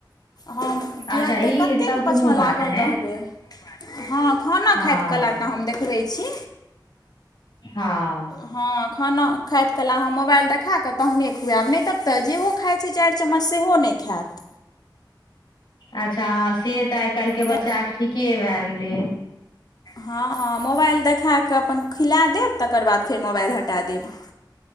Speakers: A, on the left; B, on the left.
A: हम किएक
B: अच्छा
A: तऽ
B: ई
A: कतेक
B: तब कोनो
A: पाछाँ
B: बात
A: लागल
B: नहि
A: रहबै। हँ खाना
B: हँ
A: खाइत कला टाऽ हम देखबै छी।
B: हँ।
A: हँ खाना खाइत कला हम मोबाइल देखा के तहने खुएब नै तब तऽ जेहो खाइत। पाँच चारि चम्मच सेहो नहि खैत।
B: अच्छा से तऽ आइ काल्हिके
A: तैँ
B: बच्चाके ठीके भए गेलै।
A: हँ मोबाइल देखा कऽ अपन खिला देब तकर बाद फेर मोबाइल हटा देब।